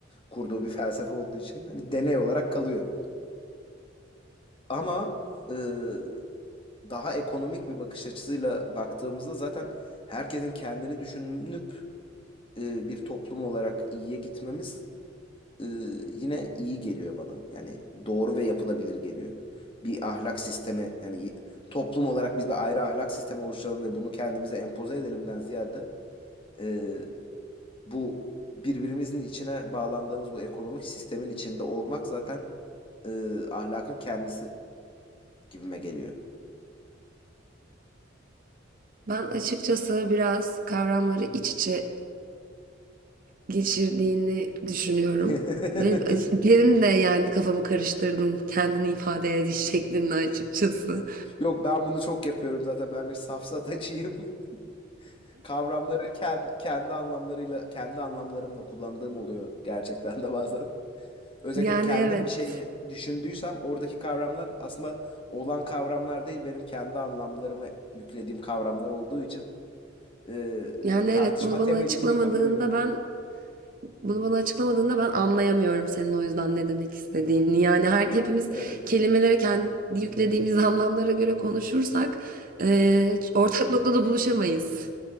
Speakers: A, on the left; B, on the right.
A: kurduğu bir felsefe olduğu için hani deney olarak kalıyor. Ama ııı, daha ekonomik bir bakış açısıyla baktığımızda zaten herkesin kendini düşünüp ııı, bir toplum olarak iyiye gitmemiz ııı, yine iyi geliyor bana. Yani doğru ve yapılabilir geliyor. Bir ahlak sistemi yani toplum olarak biz bir ayrı ahlak sistemi oluşturalım ve bunu kendimize empoze edelimden ziyade ııı, bu birbirimizin içine bağlandığımız bu ekonomik sistemin içinde olmak zaten ııı, ahlakın kendisi gibime geliyor.
B: Ben açıkçası biraz kavramları iç içe geçirdiğini düşünüyorum.
A: <laughs>
B: Ve benim de yani kafamı karıştırdın kendini ifade ediş şeklinde açıkçası.
A: Yok ben bunu çok yapıyorum zaten. Ben bir safsatacıyım. <laughs> Kavramları kendi, kendi anlamlarıyla, kendi anlamlarımla kullandığım oluyor gerçekten de bazen. Özellikle
B: Yani
A: de kendim
B: evet.
A: bir şey düşündüysem oradaki kavramlar aslında olan kavramlar değil benim kendi anlamlarıma yüklediğim kavramlar olduğu için e,
B: Yani
A: tartışma
B: evet bunu bana
A: temelini
B: açıklamadığında
A: yıkabiliyor.
B: ben bunu bana açıklamadığında ben anlayamıyorum senin o yüzden ne demek istediğini. Yani her hepimiz
A: Evet.
B: kelimelere kendi yüklediğimiz anlamlara göre konuşursak eee, ortak noktada buluşamayız.